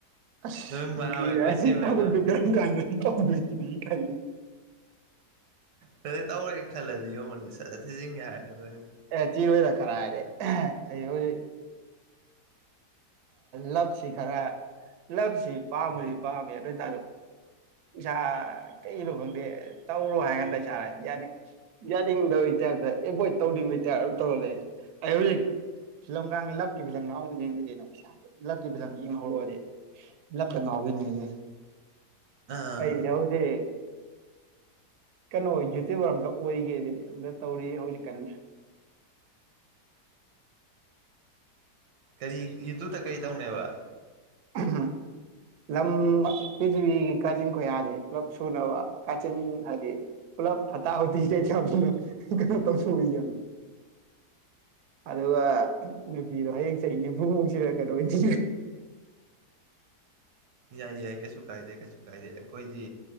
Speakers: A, on the right (about 70°); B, on the right (about 85°).
A: ꯑꯁ
B: ꯅꯣꯏꯕ
A: ꯅꯨꯄꯤ
B: ꯍꯣꯏ ꯅꯣꯏꯆꯦ
A: ꯊꯕꯛꯇꯨ
B: ꯍꯣꯏꯗ
A: ꯀꯔꯝ ꯀꯥꯟꯗ ꯇꯧꯗꯣꯏꯅꯤ ꯈꯜꯂꯤ
B: ꯗ ꯇꯧꯔꯦꯅ ꯈꯜꯂꯗꯤ ꯌꯦꯡꯉꯅꯤ ꯁ ꯊꯤꯖꯤꯟꯒꯦ ꯍꯥꯏꯔꯛꯀꯗꯣꯔꯤꯕꯅꯤ
A: ꯑꯦ ꯆꯤꯔꯣꯏꯗ ꯀꯔ ꯍꯥꯏꯔꯦ ꯑꯩ ꯍꯧꯖꯤꯛ ꯂꯞꯁꯤ ꯈꯔ ꯂꯞꯁꯤ ꯄꯥꯝꯃꯗꯤ ꯄꯥꯝꯃꯤ ꯑꯗꯨ ꯑꯣꯏꯇꯥ ꯏꯁꯥ ꯀꯩꯅꯣ ꯈꯪꯗꯦ ꯇꯧꯔꯣ ꯍꯥꯏꯀꯥꯟꯗ ꯏꯁꯥ ꯌꯥꯅꯤ ꯌꯥꯅꯤꯡꯗꯕꯩ ꯇꯥꯏꯞꯇ ꯑꯦꯚꯣꯏꯠ ꯇꯧꯅꯤꯡꯉꯩ ꯇꯥꯏꯞ ꯑꯗꯨꯝ ꯇꯧꯔ ꯂꯩ ꯑꯩ ꯍꯧꯖꯤꯛ ꯐꯤꯂꯝꯒꯥꯡ ꯂꯛꯀꯤ ꯐꯤꯂꯝꯒꯥꯡꯃꯨꯛ ꯌꯦꯡꯗ ꯀꯩꯅꯣ ꯄꯥ ꯂꯛꯀꯤ ꯐꯤꯂꯝ ꯌꯦꯡꯍꯧꯔꯛꯑꯣꯗꯤ ꯂ ꯂ ꯀ ꯉꯥꯎꯒꯤꯅꯦꯦ
B: ꯑꯥ
A: ꯑꯩ ꯌꯥꯎꯗꯦ ꯀꯩꯅꯣ ꯌꯨꯇꯌꯨꯕꯔ ꯑꯝꯇ ꯑꯣꯏꯒꯦꯁꯦ ꯑꯝꯇ ꯇꯧꯔꯤ ꯍꯧꯖꯤꯛꯀꯥꯟ
B: ꯀꯔꯤ ꯌꯗꯨꯗ ꯀꯔꯤ ꯇꯧꯅꯦꯕ
A: ꯍꯥ ꯂꯝ ꯄꯤꯔꯤꯊꯤꯕꯤꯒꯤ ꯀꯥꯆꯤꯟ ꯀꯣꯏꯌꯥꯁꯦ ꯄꯨꯂꯞ ꯁꯨꯅꯕ ꯀꯥꯆꯤꯟ ꯍꯥꯏꯗꯤ ꯄꯨꯂ ꯐꯠꯇꯇꯥ ꯍꯧ ꯀꯩ ꯈꯂꯣꯣ ꯇꯁꯨ ꯑꯣꯏꯗ ꯑꯗꯨꯒ ꯅꯨꯄꯤꯗꯣ ꯍꯌꯦꯡ ꯆꯍꯤ ꯅꯤꯐꯨꯃꯨꯛꯁꯤꯔ ꯀꯩꯅꯣ ꯑꯣꯏꯅ
B: ꯌꯥꯏ ꯌꯥꯏ ꯀꯩꯁꯨ ꯀꯥꯏꯗꯦ ꯀꯩꯁꯨ ꯀꯥꯏꯗꯦ ꯑꯩꯈꯣꯏꯗꯤ